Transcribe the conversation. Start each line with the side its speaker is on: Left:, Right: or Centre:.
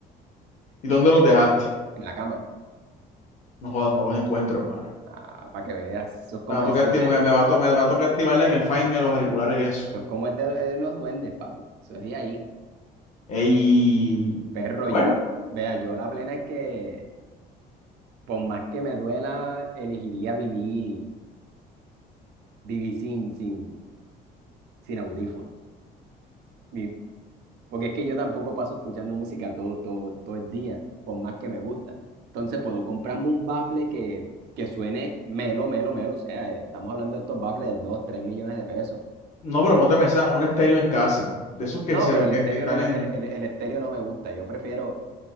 Left: ¿Y dónde los dejaste?
Right: en la cama.
Left: No jodas, no los encuentro, hermano.
Right: Ah, para que veas. Eso es como,
Left: Me va a
Right: eso
Left: tocar,
Right: es
Left: acti-
Right: de,
Left: me, me va a to- me va a tocar activarles el Find Me a los auriculares, eso.
Right: eso es como es de, de los duendes, papi. Eso es de ahí.
Left: Ey.
Right: Perro,
Left: Bueno.
Right: yo. Vea, yo la plena es que. por más que me duela, elegiría vivir, vivir sin, sin, sin audífono. Vi- Porque es que yo tampoco paso escuchando música todo, todo, todo el día, por más que me gusta. Entonces puedo comprarme un bafle que, que suene melo, melo, melo. O sea, eh, estamos hablando de estos baffles de 2, 3 millones de pesos.
Left: No, pero
Right: Pero
Left: ponte a pensar, un estéreo en casa. De esos
Right: no,
Left: que, se,
Right: pero el
Left: que,
Right: estéreo
Left: que están
Right: no me,
Left: en.
Right: el, el, el estéreo no me gusta. Yo prefiero,